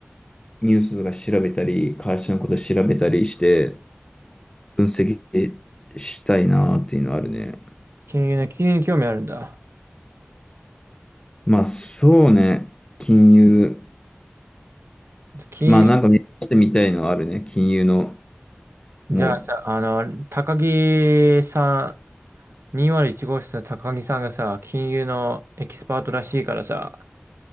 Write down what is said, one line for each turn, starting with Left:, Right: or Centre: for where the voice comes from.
Left: ニュースとか調べたり、会社のこと調べたりして、分析したいなっていうのはあるね。
Right: 金融ね、金融に興味あるんだ。
Left: まあ、そうね、金融、
Right: 金、
Left: まあ、なんか目指してみたいのはあるね、金融の、
Right: じゃあさ、
Left: もう、
Right: あの、高木さ201号室の高木さんがさ、金融のエキスパートらしいからさ、